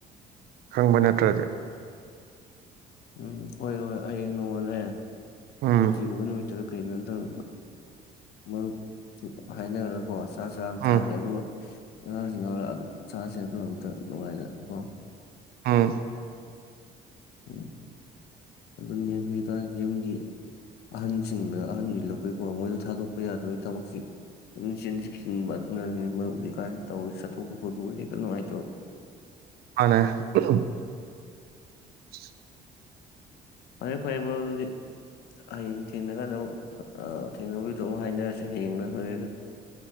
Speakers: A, on the right (about 65°); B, on the left (about 75°).
A: ꯈꯪꯕ ꯅꯠꯇ꯭ꯔꯗꯤ
B: ꯎꯝ ꯍꯣꯏ ꯍꯣꯏ ꯍꯌꯦꯡ ꯅꯣꯡꯉꯗ꯭ꯔꯦ
A: ꯎꯝ
B: ꯁꯆꯤ ꯑꯣꯏꯅ ꯗ ꯀꯩꯅꯣꯝꯇꯪ ꯃꯔꯨꯞ ꯍꯥꯏꯅꯔꯒꯀꯣ ꯆꯥꯛ ꯆꯥ ꯆꯥꯈꯦ
A: ꯎꯝ
B: ꯑꯗꯨꯒ ꯑꯉꯥꯡꯁꯤꯡ ꯉꯔ ꯆꯁꯦ ꯑꯗꯨ ꯑꯝꯇꯪ ꯅꯨꯡꯉꯥꯏꯅ ꯀꯣ
A: ꯍꯥꯥ
B: ꯎꯝ ꯑꯗꯨꯅꯦ ꯍꯧꯖꯤꯛꯀꯥꯟ ꯌꯨꯝꯒꯤ ꯑꯍꯟꯁꯤꯡꯗ ꯑꯍꯟꯅꯤꯂꯛꯄꯩꯀꯣ ꯃꯣꯏꯗ ꯊꯥꯗꯣꯛꯄ ꯌꯥꯗꯣꯏꯒꯤ ꯊꯕꯛꯁꯤ ꯑꯗꯨ ꯆꯦꯟ ꯆꯁꯤꯟꯕ ꯑꯗꯨꯅꯅꯦ ꯃꯔꯨꯞ ꯍꯧꯖꯤꯛꯀꯥꯟꯗꯤ ꯇꯧꯔꯤꯁꯤ ꯆꯠꯊꯣꯛꯄ ꯈꯣꯠꯇꯣꯛꯁꯤ ꯀ ꯅꯨꯡꯉꯥꯏꯇꯕ
A: ꯍꯅ ꯎ <inaudible>
B: ꯐꯔꯦ ꯐꯔꯦ ꯃꯔꯨꯞ ꯑꯗꯨꯗꯤ ꯍꯌꯦꯡ ꯊꯦꯡꯅꯀꯥꯟꯗ ꯑꯃꯨꯛ ꯊꯦꯡꯅꯕꯗꯨꯗꯣ ꯑꯃꯨꯛ ꯍꯥꯏꯅꯔꯁꯤ ꯍꯌꯦꯡꯅ ꯍꯣꯔꯦꯟꯒ